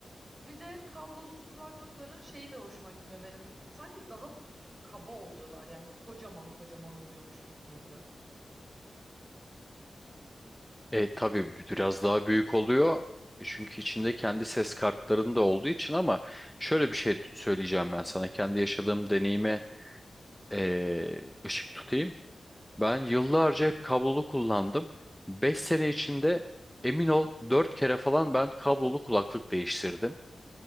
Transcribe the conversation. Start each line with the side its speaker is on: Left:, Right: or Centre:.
Right: Bir de kablosuz kulaklıkların şeyi de hoşuma gitmiyor benim. Sanki daha kaba oluyorlar yani böyle kocaman kocaman oluyormuş gibi geliyor.
Centre: E tabii biraz daha büyük oluyor. E, Çünkü içinde kendi ses kartlarının da olduğu için ama şöyle bir şey söyleyeceğim ben sana. Kendi yaşadığım deneyime e, ışık tutayım. Ben yıllarca hep kablolu kullandım. 5 sene içinde emin ol 4 kere falan ben kablolu kulaklık değiştirdim.